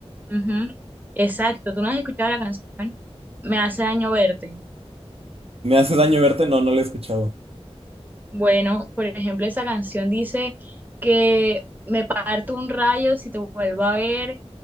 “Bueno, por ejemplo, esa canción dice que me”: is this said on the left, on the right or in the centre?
Right